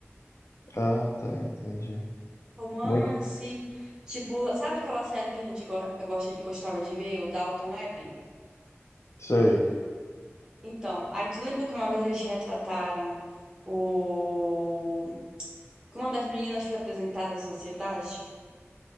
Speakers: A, on the left (about 85°); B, on the right (about 20°).
A: Ah, tá, entendi.
B: Romance.
A: Muito.
B: Tipo, sabe aquela série que a gente go- gosta, gostava de ver, o Dalton Webb?
A: Sei.
B: Então, aí tu lembra que uma vez eles retrataram o... que uma das meninas foi apresentada à sociedade?